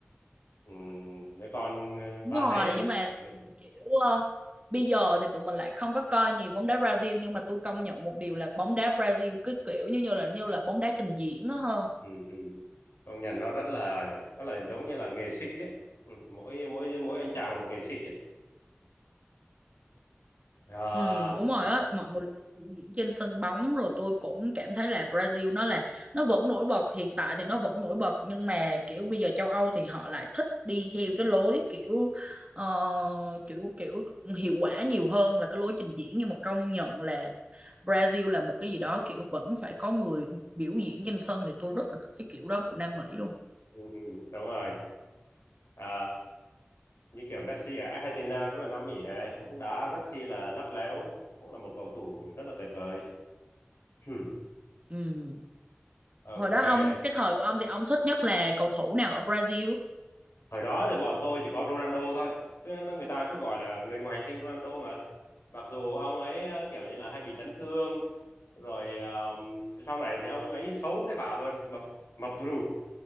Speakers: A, on the left (about 90°); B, on the right (about 30°).
A: ừ, nếu còn ờ,
B: đúng
A: bà
B: rồi
A: thấy
B: nhưng mà
A: ừ,
B: kiểu ờ, bây giờ thì tụi mình lại không có coi nhiều bóng đá Brazil nhưng mà tôi công nhận một điều là bóng đá Brazil cứ kiểu như như là như là bóng đá trình diễn đó ha
A: ừ, ừ. công nhận nó rất là nó là giống như là nghệ sĩ ấy. Ừ, mỗi mỗi mỗi anh chàng là một nghệ sĩ ấy. À,
B: Ừ, đúng rồi á, mọi người biểu diễn trên sân bóng rồi tôi cũng cảm thấy là Brazil nó là nó vẫn nổi bật hiện tại thì nó vẫn nổi bật nhưng mà kiểu bây giờ châu Âu thì họ lại thích đi theo cái lối kiểu ờ, kiểu kiểu hiệu quả nhiều hơn là cái lối trình diễn nhưng mà công nhận là Brazil là một cái gì đó kiểu vẫn phải có người biểu diễn trên sân thì tôi rất là thích cái kiểu đó của Nam Mỹ luôn.
A: ừ, ừ, đúng rồi à, như kiểu Messi ở Argentina cũng là Nam Mỹ này cũng đá rất chi là lắt léo cũng là một cầu thủ rất là tuyệt vời <clears throat>
B: Ừ.
A: ok
B: Hồi đó ông cái thời của ông thì ông thích nhất là cầu thủ nào ở Brazil?
A: hồi đó thì bọn tôi chỉ có Ronaldo thôi cứ người ta cứ gọi là người ngoài hành tinh Ronaldo mà mặc dù ông ấy ờ, kiểu như là hay bị chấn thương rồi ờ, sau này thì ông ấy xấu thế bà luôn mập mập thù lù